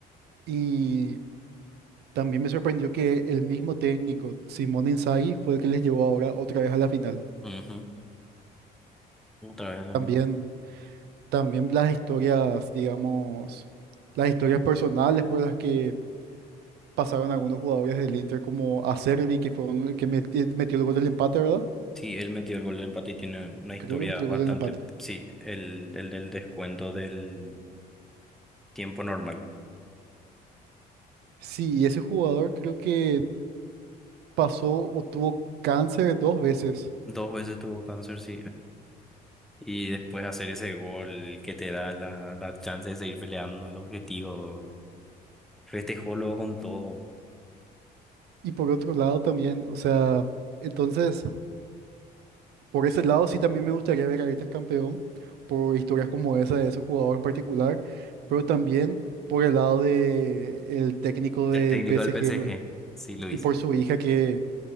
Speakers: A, on the right; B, in the centre.
A: Y también me sorprendió que el mismo técnico, Simone Inzaghi, fue el que les llevó ahora otra vez a la final.
B: Ujú, Otra vez la
A: También,
B: final.
A: también las historias, digamos, las historias personales por las que pasaron algunos jugadores del Inter, como Acerbi, que fue el que meti- metió el gol del empate, ¿verdad?
B: Sí, él metió el gol de empate y tiene una historia
A: Creo que metió el
B: bastante.
A: gol del empate.
B: Sí, el, el del descuento del tiempo normal.
A: Sí, y ese jugador creo que pasó o tuvo cáncer dos veces.
B: Dos veces tuvo cáncer, sí. Y después hacer ese gol que te da la, la chance de seguir peleando el objetivo. Festejó luego con todo.
A: Y por otro lado también, o sea, entonces, por ese lado sí también me gustaría ver a Ayrton campeón, por historias como esa de ese jugador en particular, pero también por el lado de el técnico
B: El
A: del
B: técnico
A: PSG
B: del PSG,
A: lo-
B: sí, Luis.
A: y por su hija que,